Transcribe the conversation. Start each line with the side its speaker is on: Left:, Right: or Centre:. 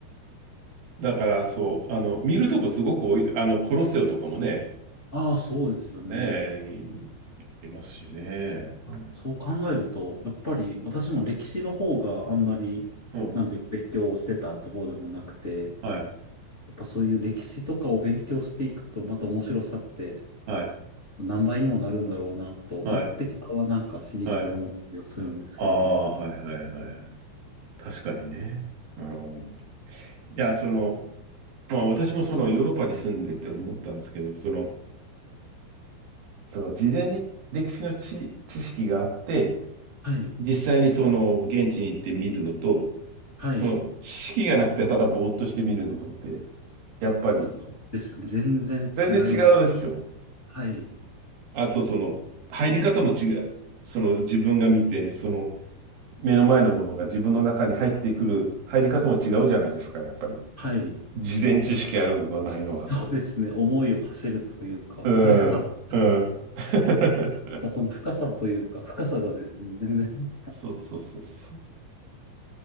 Right: だから、そう、あの、見るとこすごく多いです。あの、コロッセオとかもね、
Left: ああ、そうですよね。
Right: ねえ、いいますしね。
Left: あそう考えると、
Right: うん。
Left: やっぱり私も歴史の方があんまり、
Right: うん
Left: なんていうか勉強をしてたって方でもなくて、
Right: はい、
Left: やっぱそういう歴史とかを勉強していくと、また面白さって
Right: はい、
Left: 何倍にもなるんだろうなと、
Right: はい、
Left: 行ってからはなんかしみじみ思ったりをするんですけどね。
Right: はい。ああ、はいはいはいはい。確かにね。うん、いや、その、まあ私もそのヨーロッパに住んでて思ったんですけど、その、その事前に歴史の知、知識があって、
Left: はい。
Right: 実際にその現地に行って見るのと、
Left: はい。
Right: その知識がなくてただぼーっとして見るのとって、やっぱり
Left: そうですね。全然違います。
Right: 全然違うでしょ。
Left: はい。
Right: あとその入り方も違う。その自分が見て、その目の前のものが自分の中に入ってくる入り方も違うじゃないですか、やっぱり。
Left: はい。
Right: 事前知識あるのとないのは。
Left: そうですね。思いを馳せるというか、
Right: うん、
Left: それが、
Right: うん。<laughs>
Left: その深さというか、深さがですね、全然。
Right: そそうそうそうそ